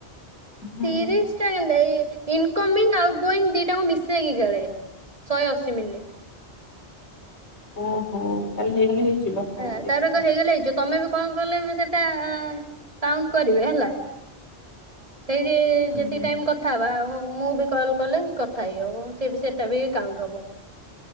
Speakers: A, on the left; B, on the right.
A: ହୁଁ
B: ତିରିଶ ଟା କେମତି ଏଇ ଇନକମିଙ୍ଗ ଆଉଟ ଗୋଇଂଗ ଦିଟା କ ମିଶେଇକି ଗଳେ ଶହେ ଅଶୀ ମିନିଟ।
A: ଓହୋ ତାହେଲେ ହେଇଗଲେ ହେଇଯିବ ହଉ
B: ହେଲା
A: ଦେଖିବା।
B: ତାର ଏକ ହେଇଗଲେ ହେଇଯିବ। ତମେ ବି କଲ କଲେ ମୁ ସେଇଟା କାଉଣ୍ଟ କରିବେ ହେଲା। ସେଇଠି
A: ହୁଁ
B: ଯେତିକି ଟାଇମ୍ କ ଥା ହେବା ଆଉ ମୁଁ ବି କଲ୍ କଲେ କଥା ହେଇ ହବ ସିଏବି ସେଟା ବି କାଉଣ୍ଟ ହବ।